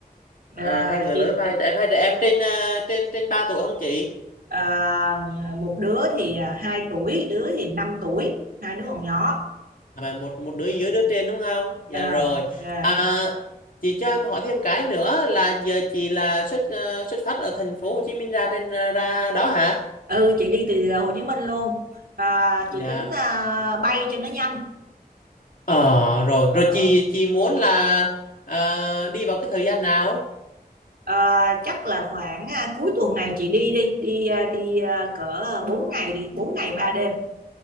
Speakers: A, on the right; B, on the left.
A: Ờ,
B: à, hai người
A: chị,
B: lớn ba trẻ em hai trẻ em trên à, trên trên ba tuổi không chị
A: ờ, ờ, một đứa thì, à, 2 tuổi, đứa thì 5 tuổi, hai đứa còn nhỏ.
B: và một một đứa dưới đứa trên đúng không dạ
A: Ờ,
B: rồi
A: ờ.
B: à, chị cho em hỏi thêm cái nữa là giờ chị là xuất à, xuất phát ở thành phố Hồ Chí Minh ra trên à, ra đó hả
A: Ừ, chị đi từ Hồ Chí Minh luôn. À,
B: dạ
A: chị tính, à, bay cho nó nhanh.
B: ờ rồi
A: Ờ,
B: rồi chị chị muốn là à, đi vào cái thời gian nào
A: ờ, chắc là khoảng, a, cuối tuần này chị đi đi, đi, a, đi, a, cỡ 4 ngày đi, 4 ngày 3 đêm.